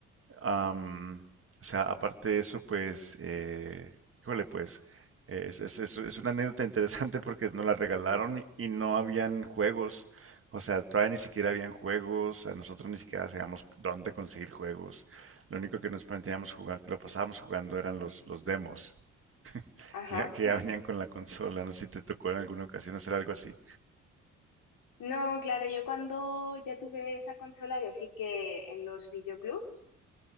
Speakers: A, on the right (about 35°); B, on the left (about 55°).
A: Am, o sea, aparte de eso, pues, eh, híjole, pues, eh, es, es- es- es una anécdota interesante porque nos la regalaron y, y no habían juegos. O sea, todavía ni siquiera habían juegos, a nosotros ni siquiera sabíamos dónde conseguir juegos. Lo único que nos planteábamos jugar, que lo pasábamos jugando eran los, los demos, <laughs>
B: Ajá.
A: que ya, que ya venían con la consola. No sé si te tocó en alguna ocasión hacer algo así.
B: No, claro, yo cuando ya tuve esa consola y así que en los videoclubs